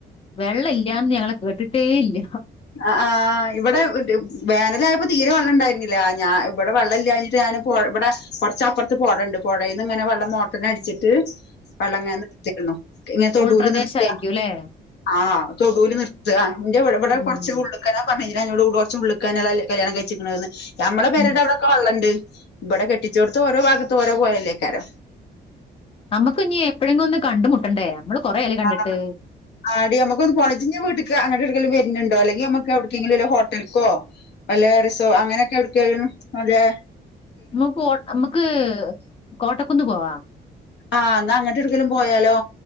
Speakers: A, on the left; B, on the left.
A: വെള്ളം ഇല്ലന്ന് ഞങ്ങള് കേട്ടിട്ടേ ഇല്ല.
B: ആ ആ ഇവിടെ വേനലയപ്പോ തീരെ വെള്ളം ഇണ്ടായിരുന്നില്ല. ഞാൻ ഇവിടെ വെള്ള ഇല്ലാഞ്ഞിട്ട് ഇവിടെ കൊറച്ചപ്പ്റത്ത് പൊഴണ്ട് പൊഴേന്ന് ഇങ്ങനെ വെള്ളം മോട്ടറിനടിച്ചിട്ട് വെള്ളം ങ്ങനെ നിർത്തിരുന്നു ഇങ്ങന തൊടുല്
A: ഉൾപ്രദേശായിരിക്കും
B: നിർത്ത
A: അല്ലേ
B: ആഹ് തൊടൂല് നിർത്ത ന്റെ ഇവടെ
A: ഉം
B: കൊർച്ച് ഉള്ള്ക്ക നാ പർഞ്ഞീലെ അന്നോട് കൊർച്ച് ഉള്ള് ക്കാ നന്നെ കല്യാണം കഴിച്ച് ക്ക്ണെന്ന് ഞമ്മളെ പേരെന്റെ
A: ഉം
B: അവിടെക്കെ വള്ളണ്ട് ഇബടെ കെട്ടിച്ചോടത്ത് ഓരോ ഭഗത്തും ഓരോ പോലല്ലേക്കാരോ
A: നമ്മുക്ക് ഇനി എപ്പോഴെങ്കിലും ഒന്ന് കണ്ടുമുട്ടേണ്ടേ നമ്മള് കൊറെയായില്ലേ കണ്ടിട്ട്
B: ആ ആടി നമുക്കൊന്ന് പോണം ജ്ജ് ന്ന് വീട്ട്ക്ക് അങ്ങട്ടെ ടക്കല്ലേ വ ര്ന്ണ്ടോ അല്ലെങ്കി നമ്മക്ക് എവിട് ക്കെങ്കിലും ഒരു ഹോട്ടൽക്കോ വല്ല റിസോ അങ്ങനെയൊക്കെ എവിട്ക്കേലും അതേ
A: മ്മക്ക് നമ്മക്ക് കോട്ടക്കുന്ന് പോവാ
B: ആഹ് ന്നാ അങ്ങട്ട് ഒട്ക്കേലും പോയാലോ